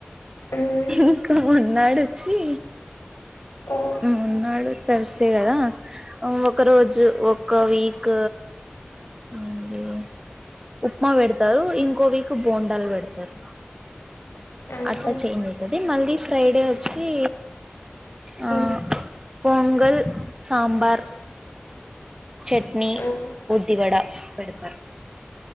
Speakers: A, on the left; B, on the right.
A: మ్మ్
B: ఇంకా మరున్నాడు వచ్చి
A: మ్మ్
B: ఊ మన్నాడు తర్స్ డే కదా అవ్వు క్క రోజు ఒక్క వీక్ మ్ ది ఉప్మా పెడతారు ఇంకో వీక్ బోండాలు పెడతారు
A: మ్మ్
B: అట్లా చేంజ్ ఐతాయి ది మళ్ళీ ఫ్రైడే వచ్చి ఆ
A: మ్మ్
B: పొంగల్ సాంబార్ చట్నీ
A: మ్మ్
B: ఉద్దివడ పెడతారు